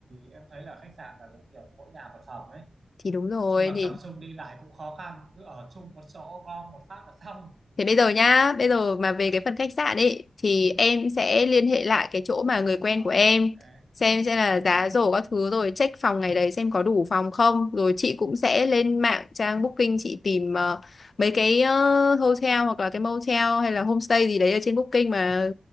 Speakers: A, on the right; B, on the left.
A: em thấy là khách sạn là giống kiểu mỗi nhà một phòng ấy
B: thì đúng rồi
A: chung là
B: thì
A: tập trung đi lại cũng khó khăn cứ ở chung một chỗ gom một phát là xong
B: Thế bây giờ nhá, bây giờ mà về cái phần khách sạn ấy thì em sẽ liên hệ lại cái chỗ mà người quen
A: ờ
B: của em
A: ok
B: xem xem là
A: ờ
B: giá rổ các thứ rồi check phòng ngày đấy xem có đủ phòng không rồi chị cũng sẽ lên mạng trang Booking chị tìm ờ, mấy cái ờ, hotel hoặc là cái motel hay là homestay gì đấy ở trên Booking mà